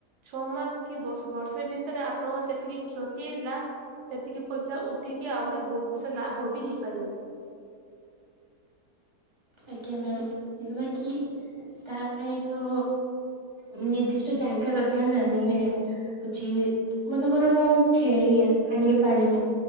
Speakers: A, on the right (about 80°); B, on the right (about 20°).
A: ଛଅ ମାସ୍ କି ବର୍ଷ-ବର୍ଷେ ଭିତରେ ଆପଣଙ୍କ ଯେତିକି କ୍ଷତି ହେଇଥିଲା ସେତିକି ପଇସା ଉଠିକି ଆହୁରି ବହୁତ୍ ପଇସା ଲାଭ ବି ହେଇପାରିବ।
B: ଆଜ୍ଞା ମ୍ୟାମ୍ ବାକି ତା ପାଇଁ ତ ନିର୍ଦ୍ଦିଷ୍ଟ ଜାଗା ଦରକାର୍ ନା ମାନେ ହେଉଚି ମନେକର ମୁଁ ଛେଳି ଆସି- ଆଣିକି ପାଳିଲି।